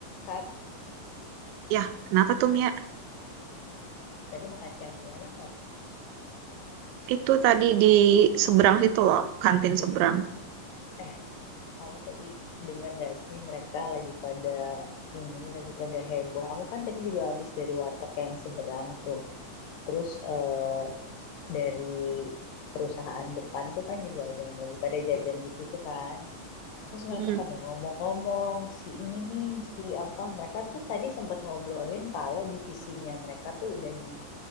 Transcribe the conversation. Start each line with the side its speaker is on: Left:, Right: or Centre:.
Left: Fab,
Right: Ya, kenapa tuh Mia?
Left: tadi makan siang di mana, Fab?
Right: Itu tadi di seberang situ loh, kantin seberang.
Left: Eh, kamu tadi denger nggak sih mereka lagi pada ini, lagi pada heboh. Aku kan tadi juga habis dari warteg yang seberang tuh. Terus eh, dari perusahaan depan tuh kan juga ada yang lagi pada jajan di situ kan. Terus mereka
Right: Mm.
Left: pada ngomong-ngomong, si ini nih, si apa. Mereka tuh tadi sempat ngobrolin kalau divisinya mereka tuh udah di